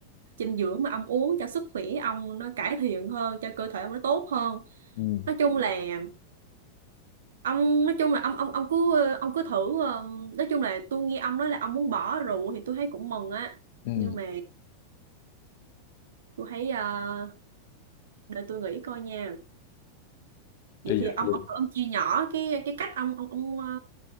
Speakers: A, on the right; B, on the left.
A: dinh dưỡng mà ông uống cho sức khỏe ông nó cải thiện hơn, cho cơ thể ông nó tốt hơn
B: Ừm,
A: nói chung là ông nói chung là ông ông ông cứ ờ, ông cứ thử ờ, nói chung là tôi nghe ông nói là ông muốn bỏ rượu thì tôi thấy cũng mừng á
B: ừm,
A: nhưng mà tôi thấy ờ, để tôi nghĩ coi nha vậy
B: bây
A: thì
B: giờ
A: ông
B: tôi,
A: ông thử ông chia nhỏ cái cái cách ông ông ông ờ,